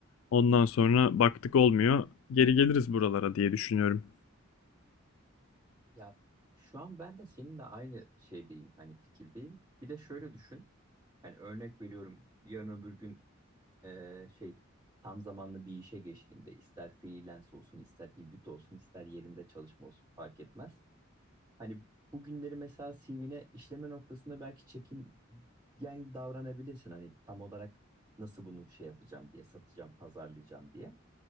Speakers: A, on the left; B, on the right.
A: Ondan sonra baktık olmuyor. Geri geliriz buralara diye düşünüyorum.
B: Ya şu an ben de seninle aynı şeydeyim. Hani fikirdeyim. Bir de şöyle düşün. Hani örnek veriyorum. Yarın öbür gün e, şey tam zamanlı bir işe geçtiğinde ister freelance olsun, ister hibrit olsun, ister yerinde çalışma olsun fark etmez. Hani bugünleri mesela CV'ne işleme noktasında belki çekingen davranabilirsin. Hani tam olarak nasıl bunu şey yapacağım diye, satacağım, pazarlayacağım diye.